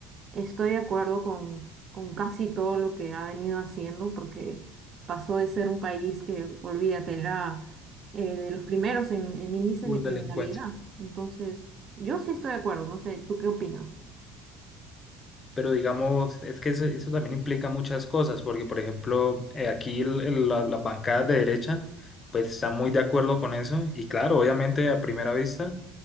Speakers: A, on the right (about 45°); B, on the left (about 35°).
A: Estoy de acuerdo con, con casi todo lo que ha venido haciendo, porque pasó de ser un país que, olvídate, era eh, de los primeros en, en índices
B: Full
A: de criminalidad.
B: delincuencia.
A: Entonces, yo sí estoy de acuerdo, no sé, ¿tú qué opinas?
B: Pero digamos, es que eso, eso también implica muchas cosas, porque por ejemplo, eh, aquí el- el- la- las bancadas de derecha, pues están muy de acuerdo con eso, y claro, obviamente a primera vista,